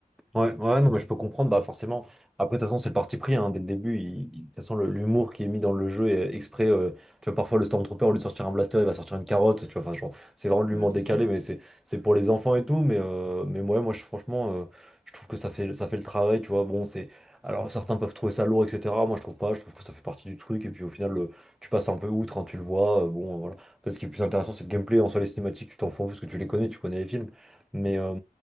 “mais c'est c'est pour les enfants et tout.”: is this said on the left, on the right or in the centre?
Centre